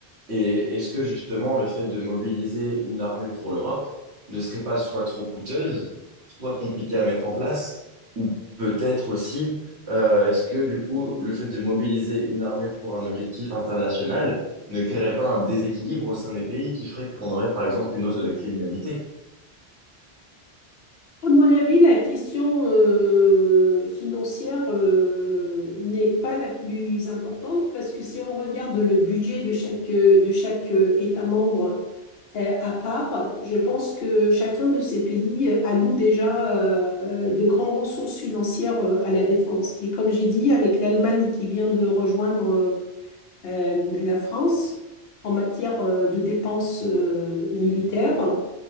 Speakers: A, on the right (about 85°); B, on the left (about 70°).
A: Et est-ce que justement le fait de mobiliser une armée pour l'Europe ne serait pas soit trop coûteuse, soit compliquée à mettre en place, ou peut-être aussi euh, est-ce que du coup le fait de mobiliser une armée pour un objectif international ne créerait pas un déséquilibre au sein des pays qui ferait qu'on aurait par exemple une hausse de la criminalité?
B: À mon avis, la question euh, financière euh, n'est pas la plus importante parce que si on regarde le budget de chaque, euh, de chaque euh, État membre euh, à part, je pense que chacun de ces pays euh, alloue déjà euh, de grandes ressources financières euh, à la défense. Et comme j'ai dit, avec l'Allemagne qui vient de rejoindre euh, la France en matière euh, de dépenses euh, militaires,